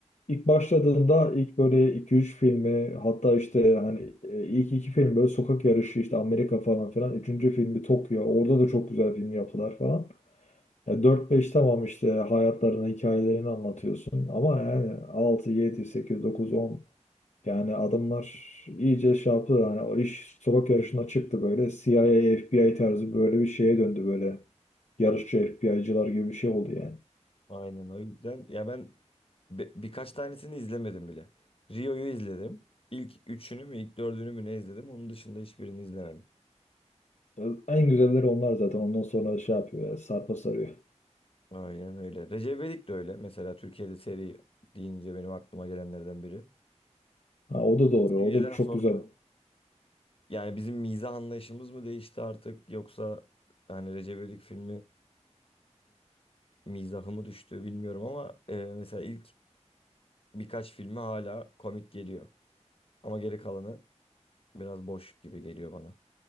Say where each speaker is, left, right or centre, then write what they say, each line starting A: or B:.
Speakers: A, on the left; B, on the left.
A: ilk başladığında ilk böyle iki üç filmi hatta işte hani e, ilk iki film böyle sokak yarışı işte Amerika falan filan. Üçüncü filmi Tokyo. Orada da çok güzel film yaptılar falan. Ya 4-5 tamam işte hayatlarını, hikayelerini anlatıyorsun. Ama yani altı yedi sekiz dokuz on yani adamlar iyice şey yaptı. Yani o iş sokak yarışına çıktı böyle. CIA, FBI tarzı böyle bir şeye döndü böyle. Yarışçı FBI'cılar gibi bir şey oldu yani.
B: Aynen o yüzden ya ben bi- birkaç tanesini izlemedim bile. Rio'yu izledim. İlk üçünü mü ilk dördünü mü ne izledim. Onun dışında hiçbirini izlemedim.
A: Ya En güzelleri onlar zaten. Ondan sonra şey yapıyor ya, sarpa sarıyor.
B: Aynen öyle. Recep İvedik de öyle. Mesela Türkiye'de seri deyince benim aklıma gelenlerden biri.
A: Ha, o da doğru.
B: Seviyeden
A: O da çok
B: sonra
A: güzel.
B: Yani bizim mizah anlayışımız mı değişti artık yoksa hani Recep İvedik filminin mizahı mı düştü bilmiyorum ama e, mesela ilk birkaç filmi hala komik geliyor. Ama geri kalanı biraz boş gibi geliyor bana.